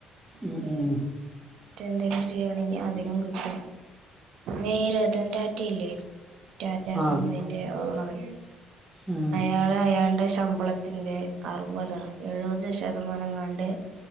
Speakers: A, in the centre; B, on the right.
A: ഉം,
B: വിടെ
A: ഉം.
B: മറ്റെന്തേലും ചെയ്യണെങ്കിൽ അതിനും കിട്ടും പിന്നെ ഈ രതൻ ടാറ്റല്ലേ ടാറ്റ
A: ആ
B: കമ്പനീന്റെ ഓണറ്
A: ഉം,
B: അയാ അയാളുടെ ശമ്പളത്തിന്റെ അറുപതൊ എഴുപത് ശതമാനെങ്ങാണ്ട്